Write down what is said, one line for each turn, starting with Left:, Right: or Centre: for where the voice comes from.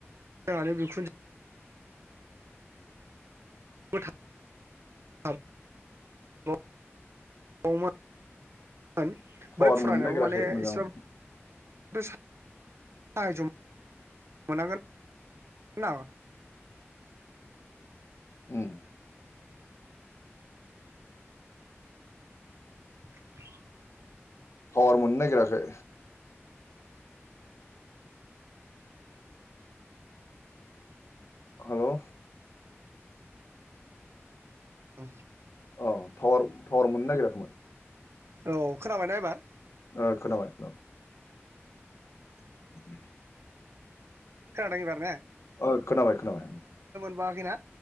Right: जोंहानि बिखुनजो बोथा <unintelligible> मोन
Left: टावार
Right: बै फुरायनायाव
Left: मोननो नागिराखै
Right: माने
Left: मोजां
Right: एसेबाबो
Left: उम
Right: <inaudible> <unintelligible> मोनांगोन ना
Left: उम
Right: <inaudible>
Left: पावार मोननो नागिराखै हेल'
Right: ओं
Left: अ टावर-टावार मोननो नागिराखैमोन
Right: औ खोनाबायना एबार
Left: ओ खोनाबाय ओ <inaudible>
Right: खोनादों एबारने
Left: ओइ खोनाबाय खोनाबाय
Right: माबाखैना